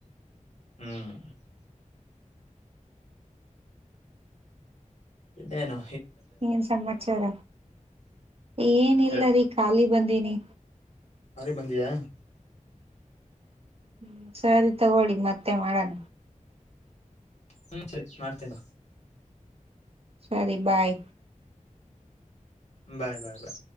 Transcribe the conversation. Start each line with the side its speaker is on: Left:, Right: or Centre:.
Left: ಹ್ಮ್ ಇದೇನು
Right: ಏನ್ ಸಮಾಚಾರ ಏನಿಲ್ಲ
Left: ಎ
Right: ರೀ ಖಾಲಿ ಬಂದೀನಿ
Left: ಬಂದಿ ಆ
Right: ಹ್ಮ ಸರಿ ತಗೋಡಿ ಮತ್ತೆ ಮಾಡಣ
Left: ಹ್ಮ ಸರಿ ಮಾಡ್ತೀನಿ
Right: ಸರಿ ಬಾಯ್
Left: ಬಾಯ್ ಬಾಯ್ ಬಾಯ್